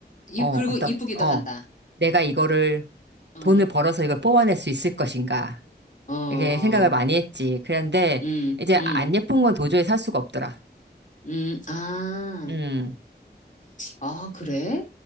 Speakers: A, on the left (about 45°); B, on the right (about 75°).
A: 이,
B: 어,
A: 그리고
B: 어떡,
A: 이쁘기도
B: 어.
A: 한다.
B: 내가 이거를
A: 어.
B: 돈을 벌어서 이걸 뽑아낼 수 있을 것인가.
A: 어.
B: 이게 생각을 많이 했지. 그런데
A: 음.
B: 이제
A: 음.
B: 안 예쁜 건 도저히 살 수가 없더라.
A: 음. 아.
B: 음,
A: 아, 그래?